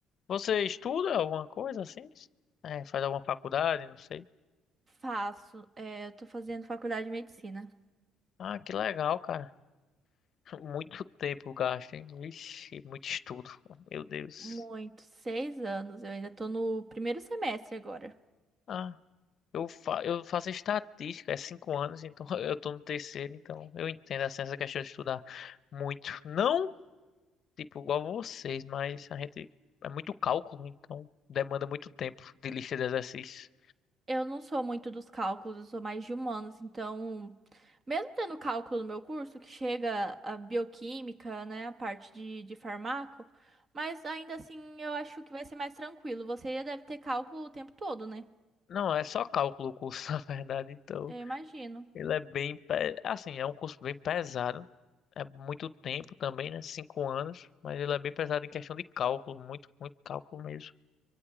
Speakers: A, on the left (about 55°); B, on the right (about 35°).
A: Você estuda alguma coisa assim? É, faz alguma faculdade, não sei.
B: Faço. É, eu tô fazendo faculdade de medicina.
A: Ah, que legal, cara. <laughs> Muito tempo gasto, hein? Vixe, muito estudo. Meu Deus.
B: Muito. Seis anos. Eu ainda tô no primeiro semestre agora.
A: Ah, eu, fa eu faço estatística, é cinco anos, então <laughs> eu tô no terceiro, então eu entendo assim, essa questão de estudar muito. Não tipo, igual vocês, mas a gente é muito cálculo, então demanda muito tempo de lista de exercícios.
B: Eu não sou muito dos cálculos, eu sou mais de humanos. Então, mesmo tendo cálculo no meu curso, que chega a bioquímica, né, a parte de, de farmaco, mas ainda assim eu acho que vai ser mais tranquilo. Você deve ter cálculo o tempo todo, né?
A: Não, é só cálculo o curso, <laughs> na verdade, então
B: Eu imagino.
A: ele é bem, pe- assim, é um curso bem pesado. É muito tempo também, né? Cinco anos, mas ele é bem pesado em questão de cálculo, muito, muito cálculo mesmo.